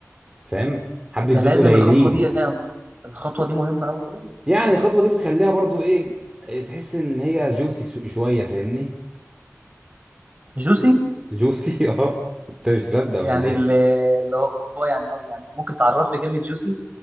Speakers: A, on the right (about 15°); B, on the right (about 35°).
A: فاهم حبه
B: ده
A: زيت
B: لازم
A: قليلين
B: الخطوه دي الخطوه دي مهمه قوي كده
A: يعني الخطوه دي بتخليها برضو ايه إيه، تحس ان هي جوسي شويه فاهمني
B: جوسي
A: جوسي <laughs> اه انت مش مصدق
B: يعني
A: ولا ايه
B: ال- اللي هو يعني آه، يعني ممكن تعرف لي كلمه جوسي